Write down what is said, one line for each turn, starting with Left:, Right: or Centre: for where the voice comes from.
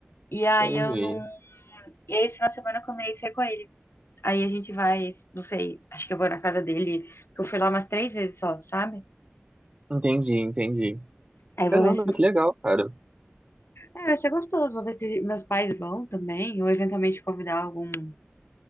Left: E aí
Right: Entendi.
Left: eu não, e aí esse final de semana eu combinei de sair com ele. Aí a gente vai, não sei, acho que eu vou na casa dele, porque eu fui lá umas três vezes só, sabe?
Right: Entendi, entendi.
Left: Aí eu
Right: Caramba,
Left: vou ver se.
Right: que legal, cara.
Left: É, vai ser gostoso, vou ver se meus pais vão também, ou eventualmente convidar algum. tipo,